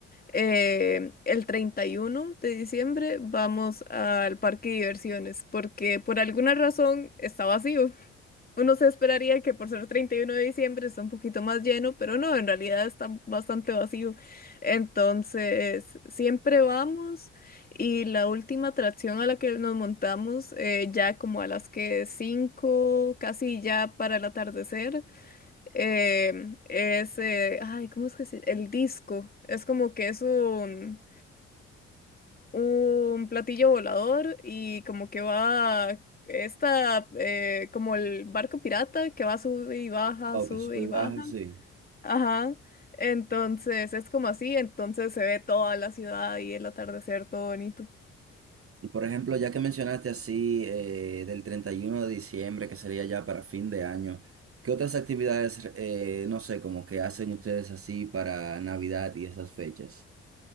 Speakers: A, on the left; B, on the right.
A: eh, el 31 de diciembre, vamos al parque de diversiones, porque por alguna razón está vacío. Uno se esperaría que por ser 31 de diciembre está un poquito más lleno, pero no, en realidad está bastante vacío. Entonces, siempre vamos y la última atracción a la que nos montamos, eh, ya como a las que 5 casi ya para el atardecer, em, es, eh, ay, ¿cómo es que se El disco. Es como que es un un platillo volador y como que va esta, eh, como el barco pirata que va sube y baja,
B: Oh,
A: sube
B: que sube
A: y
B: y
A: baja.
B: baja, sí.
A: Ajá. Entonces es como así, entonces se ve toda la ciudad y el atardecer todo bonito.
B: Y por ejemplo, ya que mencionaste así eh, del 31 de diciembre, que sería ya para fin de año, ¿qué otras actividades, eh, no sé, como que hacen ustedes así para Navidad y esas fechas?